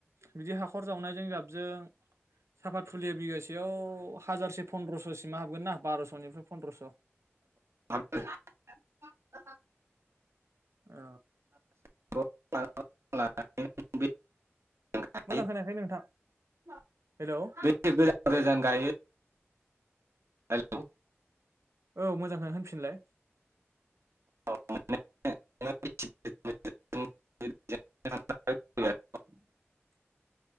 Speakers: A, on the right; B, on the right.
A: बिदि हाखर जावनायजों जाब जों साफा फुलिया बिगासेयाव हाजारसे फन्द्रस'सिमा हाबगोन ना बार'स'निफ्राय फन्द्रस'?
B: आ <unintelligible>
A: औ
B: ल <inaudible> <unintelligible> <unintelligible>
A: मोजां खोनायाखै नोंथां हेलौ
B: बेसे गोजान गोजान गायो <inaudible> आङो
A: औ मोजां खोनायाखै होनफिनलाय।
B: <unintelligible>
A: <unintelligible>